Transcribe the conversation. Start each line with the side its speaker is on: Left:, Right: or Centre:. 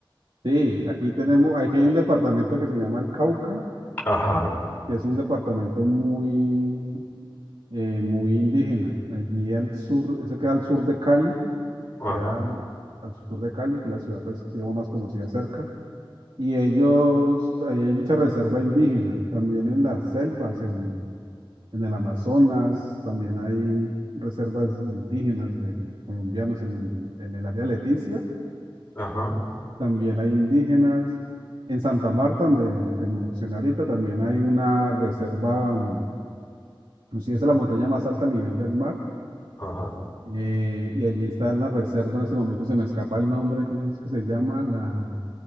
Right: Sí, aquí tenemos, aquí hay un departamento que se llama el Cauca,
Left: Ajá,
Right: que es un departamento muy, eh, muy indígena. Allí al sur, eso queda al sur de Cali,
Left: ajá,
Right: queda al sur de Cali, que es la ciudad, pues, digamos, más conocida cerca. Y ellos, hay mucha reserva indígena, también en las selvas, en, en el Amazonas, también hay reservas indígenas de colombianos en, en el área de Leticia,
Left: ajá,
Right: también hay indígenas. En Santa Marta, donde te mencioné ahorita, también hay una reserva, mm, inclusive es la montaña más alta a nivel del mar,
Left: ajá.
Right: eh, y allí está la reserva, en ese momento se me escapa el nombre, ¿cómo es que se llama? La...